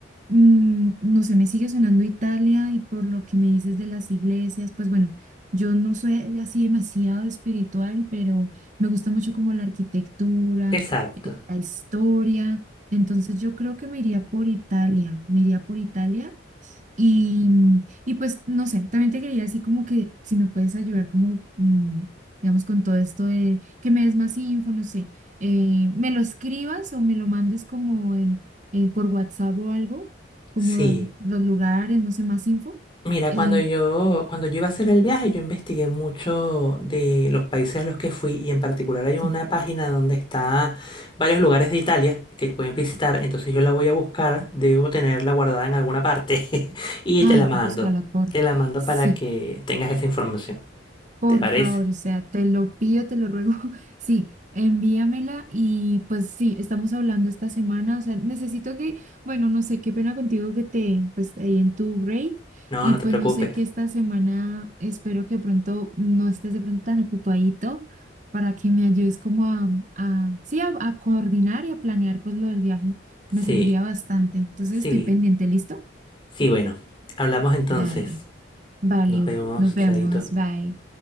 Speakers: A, on the right (about 40°); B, on the left (about 25°).
A: mm, no sé, me sigue sonando Italia y por lo que me dices de las iglesias, pues bueno, yo no soy así demasiado espiritual, pero me gusta mucho como la arquitectura,
B: Exacto.
A: eh, la historia. Entonces yo creo que me iría por Italia, me iría por Italia y, y pues, no sé, también te quería decir como que si me puedes ayudar como, mm, digamos, con todo esto de que me des más info, no sé, eh, me lo escribas o me lo mandes como en, en- por WhatsApp o algo, como
B: Sí.
A: lo- los lugares, no sé, más info.
B: Mira,
A: Eh,
B: cuando yo, cuando yo iba a hacer el viaje, yo investigué mucho de los países a los que fui y en particular hay
A: sí,
B: una página donde está varios lugares de Italia que pueden visitar, entonces yo la voy a buscar, debo tenerla guardada en alguna parte <laughs> y
A: ay,
B: te la mando,
A: búscala por,
B: te la mando
A: sí.
B: para que tengas esa información.
A: Por
B: ¿Te parece?
A: favor, o sea, te lo pido, te lo ruego. <laughs> Sí, envíamela y pues sí, estamos hablando esta semana. O sea, necesito que, bueno, no sé, qué pena contigo que te, pues ahí en tu break
B: No,
A: y
B: no te
A: pues
B: preocupes.
A: no sé que esta semana espero que pronto no estés de pronto tan ocupadito para que me ayudes como a, a sí, a, a coordinar y a planear pues lo del viaje. Me
B: Sí,
A: serviría bastante. Entonces estoy
B: sí,
A: pendiente, ¿listo?
B: sí, bueno, hablamos entonces.
A: Dale, vale,
B: Nos vemos,
A: nos vemos,
B: Chaito.
A: bye.